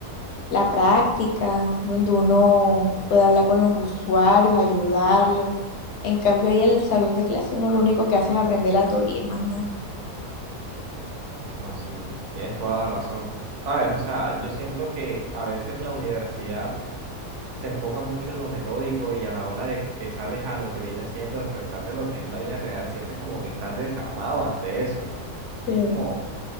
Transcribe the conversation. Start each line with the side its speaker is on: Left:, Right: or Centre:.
Left: la práctica, donde uno puede hablar con los usuarios, ayudarlos. En cambio, ahí en el salón de clase uno lo único que hace es aprender la teoría y más nada.
Right: No, sí, tienes toda la razón. Sabes, o sea, yo siento que a veces la universidad se enfoca mucho en lo metódico y a la hora de que sales a lo que viene siendo enfrentarte a lo que es la vida real, sientes como que estás desarmado ante eso. Y
Left: Sí,
Right: es como,